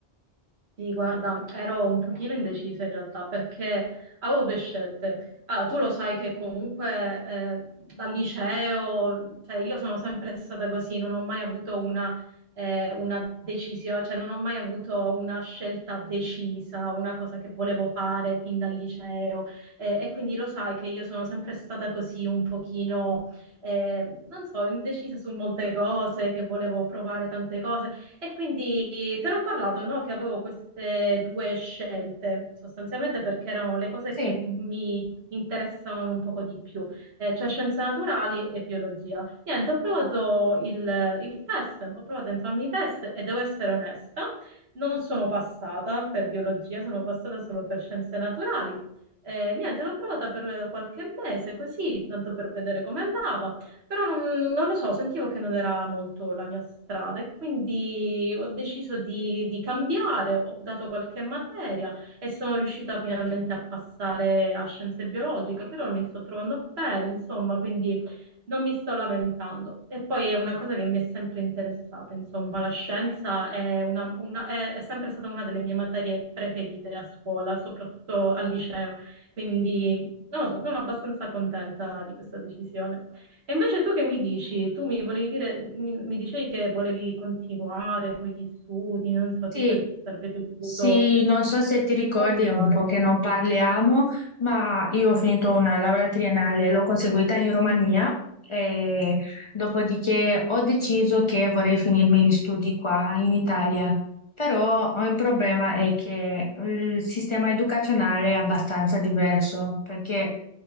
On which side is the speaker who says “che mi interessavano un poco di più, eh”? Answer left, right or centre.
Right